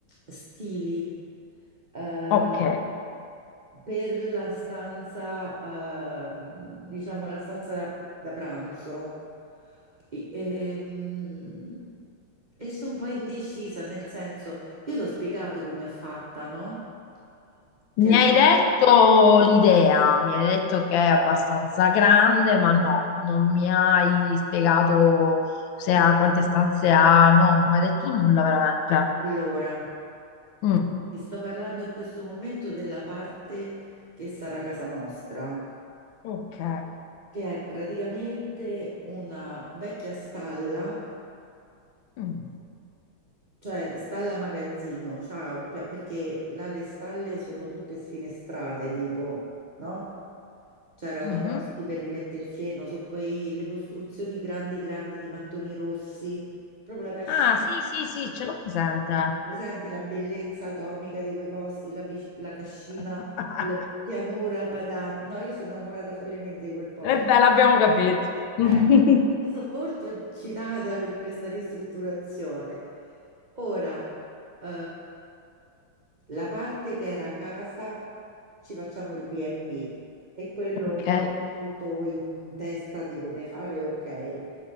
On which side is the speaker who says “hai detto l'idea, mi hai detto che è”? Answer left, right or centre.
Left